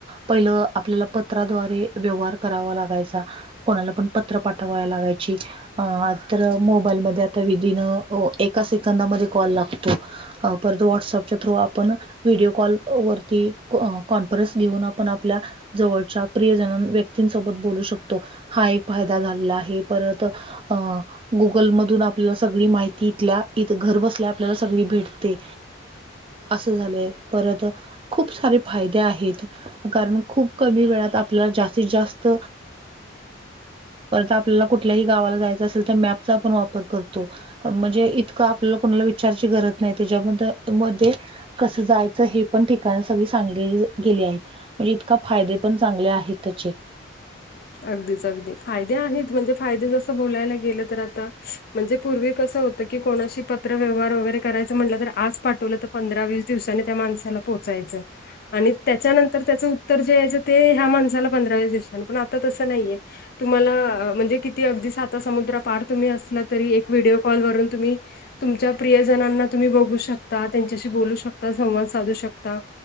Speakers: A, on the right; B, on the left.
A: पहिलं आपल्याला पत्राद्वारे व्यवहार करावा लागायचा. कोणाला पण पत्र पाठवाय लागायची अ तर मोबाईलमध्ये आता विदिन अ एका सेकंदामध्ये कॉल लागतो परत वटसएअपच्या थ्रू आपण व्हिडिओ कॉल वरती कॉन्फरन्स घेऊन आपण आपल्या जवळच्या प्रियजन व्यक्तींसोबत बोलू शकतो हा एक फायदा झाला आहे परत अं गुगल मधून आपल्याला सगळी माहिती इथल्या इथ घर बसल्या आपल्याला सगळी भेटते असं झालं परत खूप सारे फायदे आहेत कारण खूप कमी वेळात आपल्याला जास्तीत जास्त आपल्याला कुल्या गवाे रतो म्हणजे इतक आपल्याला कोणाला विचारची गरज नाही त्याच्या मध्ये कसं जायचं हे पण ठिकाणी सगळी सांगली गेली आहेत म्हणजे इतका फायदे पण चांगले आहेत त्याचे
B: अगदीच अगदी फायदे आहेत म्हणजे फायदे जसं बोलायला गेलं तर आता म्हणजे पूर्वी कसं होत क कोणा पत्र व्यवहार वगैरे करायचं म्हटलं तर आज पाठवलं तर पंधरा वीस दिवसाांनी त्या माणसाला पोहचायचं आणि त्याच्यानंतर त्याचं उत्तर जे यायचं ते ह्या माणसाला पंधरा वस दिसतना पण आता तसं नाहीय तुम्हाला म्हणजे किती अगदी साता समुद्र पार तुम्ही असला तरी एक व्हिडिओ कॉल वरून तुम्ही तुमच्या प्रियजनांना तुम्ही बघू शकता त्यांच्याशी बोलू शकता संवाद साधू शकता